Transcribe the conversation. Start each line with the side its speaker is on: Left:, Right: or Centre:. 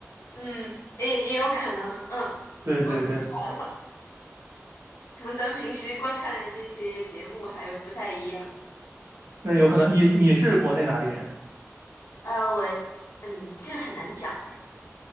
Left: 嗯，也也有可能，嗯，
Right: 对对对，
Left: 我们白了，<laughs> 可能咱们平时观看的这些节目还不太一样。
Right: 那有可能你你是国内哪里人？
Left: 呃，我，嗯，这个很难讲哎，